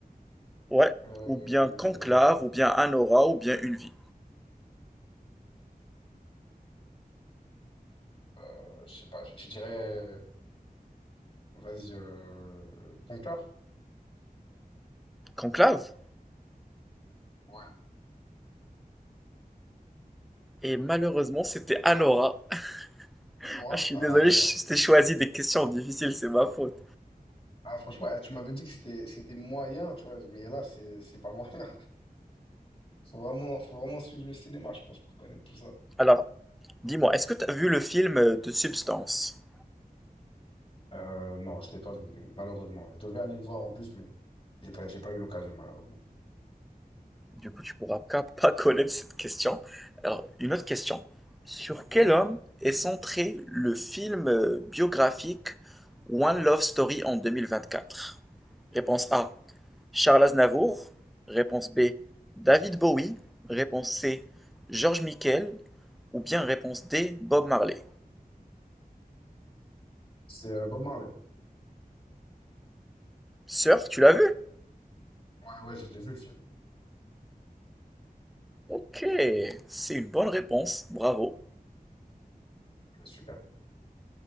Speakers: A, in the centre; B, on the left.
A: Ouais,
B: Euh...
A: ou bien Conclave, ou bien Anora, ou bien Une vie.
B: euh, je sais pas, je, je dirais... Vas-y, euh... Conclave?
A: Conclave?
B: Ouais.
A: Et malheureusement, c'était Anora. <laughs>
B: Anora?
A: Ah, Je suis
B: Ah,
A: désolé,
B: merde.
A: je je t'ai choisi des questions difficiles, c'est ma faute.
B: Ah, franchement, eh, tu m'avais dit que c'était c'était moyen, tu vois. Mais là, c'est c'est pas moyen. <laughs> Faut vraiment, faut vraiment suivre le cinéma, je pense, pour connaître tout ça.
A: Alors, Dis-moi, est-ce que tu as vu le film euh, de Substance?
B: Euh, non, je l'ai pas vu, malheureusement. Je devais aller le voir en plus, mais j'ai pas, j'ai pas eu l'occasion, malheureusement.
A: Du coup, tu pourras pas <laughs> pas connaître cette question. Alors, une autre question. Sur quel homme est centré le film euh, biographique One Love Story en 2024? Réponse A, Charles Aznavour. Réponse B, David Bowie. Réponse C, George Michael. Ou bien réponse D, Bob Marley.
B: C'est euh, Bob Marley.
A: Sœur, tu l'as vu?
B: Ouais, ouais, je l'ai vu le film.
A: Ok, c'est une bonne réponse. Bravo.
B: Ouais, Super.